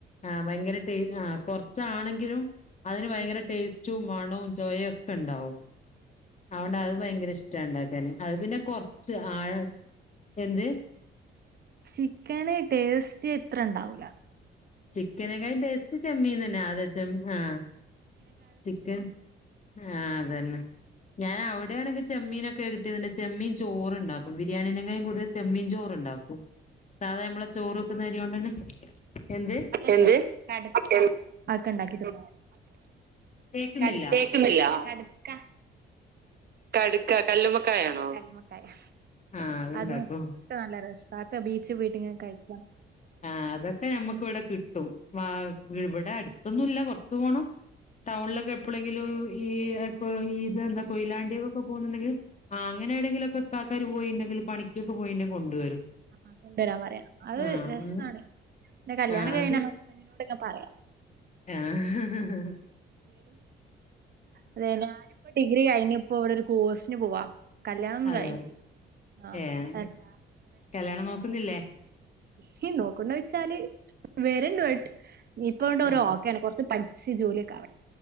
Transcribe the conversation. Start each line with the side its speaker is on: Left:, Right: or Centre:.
Left: ആ ഭയങ്കര ടേ ആ കുറച്ചാണെങ്കിലും അതിന് ഭയങ്കര ടേസ്റ്റ് ച്ചും മണവും ചോയ ഒക്കെ ഉണ്ടാവും അവടെ അത് ഭയങ്കര ഇഷ് ഇണ്ടാക്കാന് അത് പിന്നെ കൊറച്ച് ആഴ എന്ത്
Right: ചിക്കന് ടേസ്റ്റ് എത്ര ഇണ്ടാവൂല
Left: ചിക്കനേക്കായും ടേസ്റ്റ് ചെമ്മീന്ന് തന്നെ ആത ചെ ആ ചിക്കൻ ആ അതന്നെ ഞാൻ അവിടെയാണെങ്കി ചെമ്മീനൊക്കെ കിട്ടീതൊണ്ട് ചെമ്മീൻ ചോറ് ഉണ്ടാക്കും ബിരിയാണീനെക്കായും കൂടുതല് ചെമ്മീൻ ചോറ്ണ്ടാക്കും സാധാ നമ്മളെ ചോറ് വെക്കുന്ന അരിയോണ്ട് തന്നെ
Right: എന്ത് <inaudible> കട ആക്കെ <inaudible> ഉണ്ടാക്കിന്ന
Left: കേക്കുന്നില്ല
Right: കടുത്തേക്കുന്ന <unintelligible> കാ കടുക്ക കല്ലുമ്മക്കായ ആണോ കല്ലുമ്മക്കായാ
Left: ആഹ് അത്ണ്ടാക്കും
Right: അതും അതൊക്കെ നല്ല രസക്കെ ബീച്ചിൽ പോയിട്ട് ഇങ്ങനെ കഴിക്കാം
Left: ആ അതൊക്കെ ഞമ്മക്ക് ഇവിടെ കിട്ടും ആ ഇവടെ അടു ത്തൊന്നുല്ല കൊറച്ചു പോണം ടൗണിലൊക്കെ എപ്പോഴെങ്കിലും ഈ ഇപ്പോ ഈ ഇതെന്താ കൊയിലാണ്ടിയൊക്കെ പോകുന്നുണ്ടെങ്കിൽ ആ അങ്ങനെ ഏടെങ്കിലൊക്കെ ഇപ്പോ ആൾക്കാര് പോയിണ്ടെങ്കിൽ പണിക്കൊക്കെ പോയിണ്ടെങ്കിൽ കൊണ്ടുവരും
Right: ആഹ് കൊണ്ടുവരാൻ പറയണം അത്
Left: ആഹ്
Right: രസാ <inaudible> പിന്നെ കല്യാണം
Left: ആഹ്
Right: കഴിഞ്ഞാ
Left: അത്
Right: ഹസ്ബൻഡിനോട് ക്കെ പറയാം
Left: ആഹ് ഹ ഹ ഹ
Right: അതെ ഞാനിപ്പ ഡിഗ്രി ഡിഗ്രി കഴിഞ്ഞിപ്പോ ഇവിടെ ഒരു കോഴ്സിന് പോവാ കല്യാണൊന്നും
Left: അതെ
Right: കഴിഞ്ഞില്ല ആഹ്
Left: ഏഹ്
Right: അല്ല
Left: കല്യാണം നോക്കുന്നില്ലേ
Right: നിക്ക് നോക്കുണ്ടോ വെച്ചാല് വരണ്ട് ബട്ട് ഇപ്പോ ആയിനെ കൊണ്ട് ഒരു
Left: ആഹ്
Right: ഓക്കെ ആണ് കുറച്ച് പ സി ജോലി ഒക്കെ ആവ